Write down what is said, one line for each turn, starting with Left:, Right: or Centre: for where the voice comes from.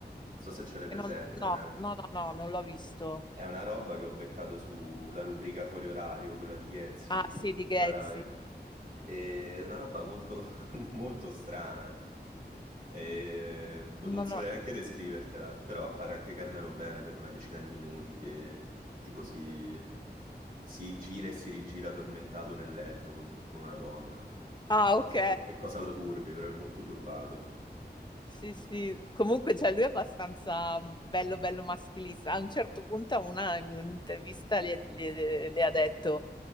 Right: so se ce l'hai
Left: Che
Right: presente,
Left: non- no,
Right: ma
Left: no, no, no, non l'ho visto.
Right: è una roba che ho beccato sulla rubrica fuori orario, quella di Ghezzi
Left: Ah,
Right: su-
Left: sì, di
Right: sulla
Left: Ghezzi.
Right: Rai. È una roba molto, <laughs> molto strana. E non
Left: No,
Right: non saprei
Left: no.
Right: neanche descrivertela, però appare anche Carmelo Bene per una decina di minuti che tipo si, si gira e si rigira tormentato nel letto con, con una donna. Non, non-
Left: Ah,
Right: non
Left: ok.
Right: so che cosa lo turbi, però è molto turbato.
Left: Sì, sì, comunque cioè, lui è abbastanza mm, bello, bello maschilista. A un certo punto, a una, in un'intervista le, le- le ha detto: